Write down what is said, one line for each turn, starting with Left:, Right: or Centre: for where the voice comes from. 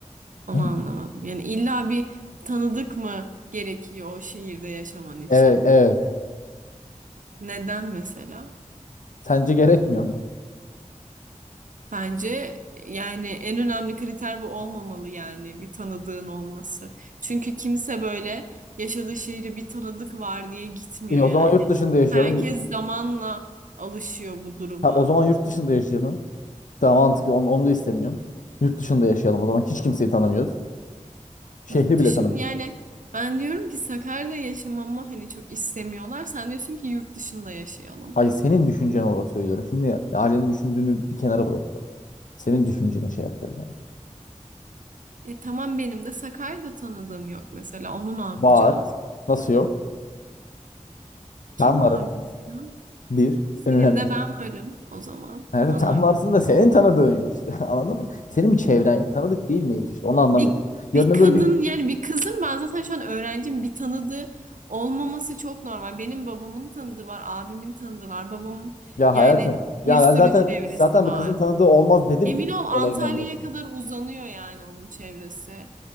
Right: Onu
Left: <laughs>
Right: anlamadım. Yani illa bir tanıdık mı gerekiyor o şehirde yaşaman için?
Left: Evet, evet.
Right: Neden mesela?
Left: Sence gerekmiyor mu?
Right: Bence yani en önemli kriter bu olmamalı yani bir tanıdığın olması. Çünkü kimse böyle yaşadığı şehre bir tanıdık var diye gitmiyor
Left: E, o
Right: yani.
Left: zaman yurt dışında yaşayalım.
Right: Herkes zamanla alışıyor bu duruma.
Left: Tamam, o zaman yurt dışında yaşayalım. Daha mantıklı. Onu, onu da istemiyorum. Yurt dışında yaşayalım. O zaman hiç kimseyi tanımıyoruz. Şehri
Right: Yurt
Left: bile
Right: dışın
Left: tanımıyoruz.
Right: yani ben diyorum ki Sakarya'da yaşamamı hani çok istemiyorlar. Sen diyorsun ki yurt dışında yaşayalım.
Left: Hayır senin düşüncen olarak söylüyorum. Şimdi ailenin düşündüğünü bir kenara bırakıyorum. Senin düşünceni şey yapıyorum yani.
Right: E tamam benim de Sakarya'da tanıdığım yok mesela. Onu ne yapacağız?
Left: Var. Nasıl yok?
Right: Kim
Left: Ben varım.
Right: var mesela?
Left: Bir.
Right: Senin
Left: En önemli
Right: de ben varım o zaman.
Left: Evet,
Right: Bana
Left: sen varsın da senin tanıdığın yok işte. <laughs> Anladın mı? Senin bir çevren yok. Tanıdık değil miyiz işte. Onu anlamıyorum.
Right: Bir,
Left: Yarın
Right: bir
Left: öbür
Right: kadın
Left: gün
Right: yani bir kızın ben zaten şu an öğrencim bir tanıdığı olmaması çok normal. Benim babamın tanıdığı var, abimin tanıdığı var, babamın
Left: ya
Right: yani
Left: hayatım.
Right: bir
Left: Ya
Right: sürü
Left: ben zaten
Right: çevresi
Left: zaten
Right: var.
Left: bir kızın tanıdığı olmaz dedi
Right: Emin
Left: mi?
Right: ol Antalya'ya
Left: Olayın en başında.
Right: kadar uzanıyor yani onun çevresi.